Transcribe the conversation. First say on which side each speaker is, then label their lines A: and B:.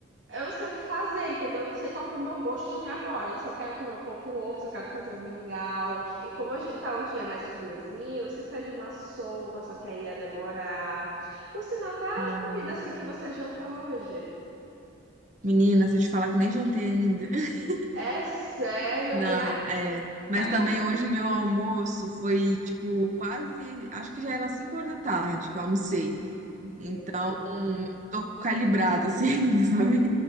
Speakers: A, on the right (about 75°); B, on the right (about 40°).
A: eu não sei o que fazer, entendeu? Eu não sei qual que é o meu gosto de agora. Se eu quero comer um pouco ovo, se eu quero fazer um mingau. E como hoje tá um dia mais friozinho, se pede uma sopa, só que aí ia demorar. Por sinal, qual é
B: Hum,
A: a comida assim que você jantou hoje?
B: menina, se eu te falar que eu nem jantei ainda. <laughs>
A: É sério,
B: Não,
A: minha.
B: é. Mas
A: Tá
B: também
A: com...
B: hoje meu almoço foi tipo quase, acho que já era 5 horas da tarde que eu almocei.
A: Meu
B: Então,
A: Deus.
B: tô calibrada assim, <laughs> sabe?